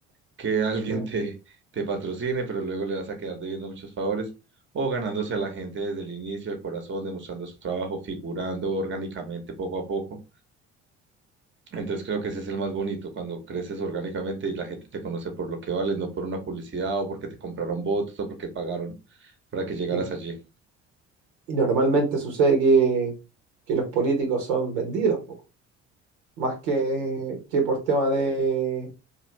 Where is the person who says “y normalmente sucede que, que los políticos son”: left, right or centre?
Right